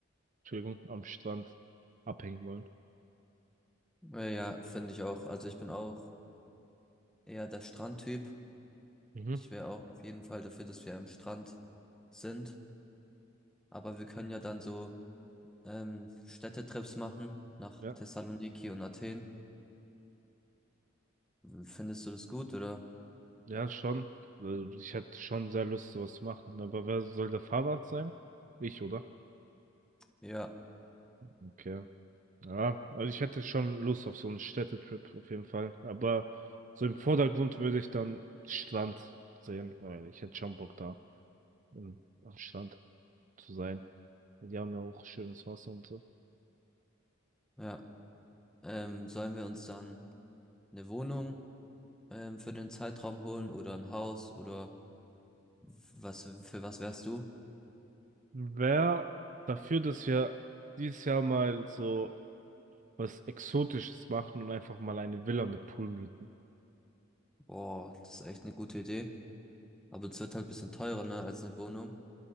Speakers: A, on the right; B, in the centre.
A: Entschuldigung, am Strand abhängen wollen.
B: Äh, Ja, finde ich auch. Also ich bin auch eher der Strandtyp.
A: Mhm.
B: Ich wäre auch auf jeden Fall dafür, dass wir am Strand sind. Aber wir können ja dann so ähm, Städtetrips machen nach
A: Ja,
B: Thessaloniki und Athen. Findest du das gut oder?
A: ja, schon. Also ich hätte schon sehr Lust, sowas zu machen. Aber wer soll der Fahrrad sein? Ich, oder?
B: Ja,
A: Okay. Ja, also ich hätte schon Lust auf so einen Städtetrip auf jeden Fall. Aber so im Vordergrund würde ich dann Strand sehen, weil ich hätte schon Bock da. im, am Strand zu sein. Die haben ja auch schönes Wasser und so.
B: ja. Ähm, sollen wir uns dann eine Wohnung ähm, für den Zeitraum holen oder ein Haus oder was für was wärst du?
A: Wer dafür, dass wir dieses Jahr mal so was Exotisches machen und einfach mal eine Villa mit Pool mieten?
B: Boah, das ist echt eine gute Idee. Aber es wird halt ein bisschen teurer, ne, als eine Wohnung.